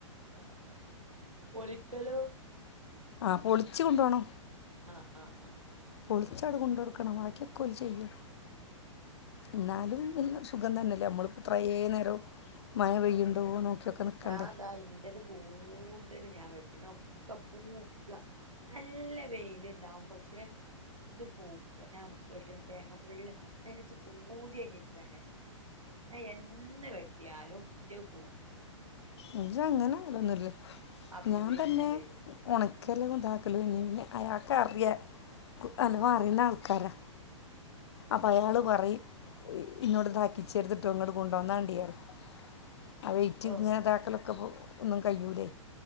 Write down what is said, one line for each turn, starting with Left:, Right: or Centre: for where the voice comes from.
Right: ആഹ് ആഹ് പൊളിക്കലോ?
Left: ആഹ് പെളിച്ച് കൊണ്ടോണം
Right: ആഹ് ആഹ് ആഹ് ആഹ്
Left: പൊളിച്ചാട്ട് കൊണ്ട് കൊടുക്കണം ബാക്കിയൊക്കെ ഓല് ചെയ്യും
Right: ഉം
Left: ഇന്നാലും വല്യൊരു സുഖം തന്നെയല്ലേ നമ്മളിപ്പൊ ഇത്രേ നേരം മഴ പെയ്യുണ്ടോ
Right: ഏഹേ
Left: നോക്കിയൊക്കെ നിൽക്കണ്ടേ
Right: ഞാ ഇതാ ഇന്റെത് കൂടുതല് ഞാൻ വെട്ടിണ് ഒക്കെ പൂക്ക നല്ല വെയിലുണ്ടാവും പക്ഷെ ഇത് പൂക്ക് ഞാൻ വെട്ട്ണ തേങ്ങ ഫുള്ള് ഇങ്ങെട്ട് ഇച്ച് പൂതികഴിഞ്ഞിരിക്കാ ഞാൻ ഞാ എന്ന് വെട്ടിയാലും ഇന്റെ പൂ
Left: ഇന്റെ അങ്ങനെ ആവലൊന്നുല്ല
Right: ആ പൂവിലിങ്ങനെ
Left: ഞാൻ തന്നെ
Right: വരും
Left: ഒണക്കലും ഇതാക്കലും ഇന്നെ പിന്നെ അയാക്ക് അറിയാ നല്ലോണം
Right: ആഹ്
Left: അറിയ്ണാ ആൾക്കാരാ അപ്പൊ അയാള് പറിയും ഇന്നോട് ഇതാക്കിച്ചര്ത്ട്ടോ ഇങ്ങട്ട് കൊണ്ടന്നാണ്ടി പറയും ആ വെയിറ്റ്
Right: ആഹ്
Left: ഇങ്ങനെ ഇതാക്കലൊക്കെ ഒന്നും കഴിയൂല്ലേ